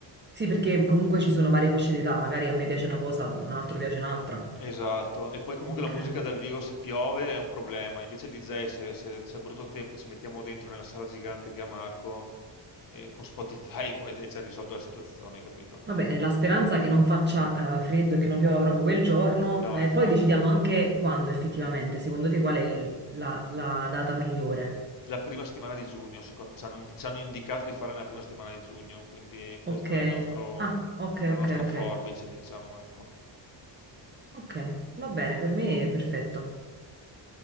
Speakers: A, on the right; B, on the left.
A: Sì, perché comunque ci sono varie fasce d'età, magari a me piace una cosa, un altro piace un'altra.
B: Esatto, e poi comunque
A: Ok.
B: la musica dal vivo se piove è un problema, invece il DJ se, se c'è brutto tempo ci mettiamo dentro nella sala gigante che ha Marco e con Spotify <laughs> poi è già risolto la situazione, capito?
A: Va bene, la speranza che non faccia eh, freddo e che non piova proprio quel giorno,
B: No,
A: eh,
B: infatti.
A: poi decidiamo anche quando effettivamente, secondo te qual è il- la la data migliore?
B: La prima settimana di giugno, secondo- ci hanno, indi- ci hanno indicato di fare nella prima settimana di giugno, quindi questo
A: Ok.
B: è il nostro,
A: Ah, ok,
B: è la nostra
A: ok,
B: forbice,
A: ok.
B: diciamo, ecco.
A: Ok, va bene, per me è perfetto.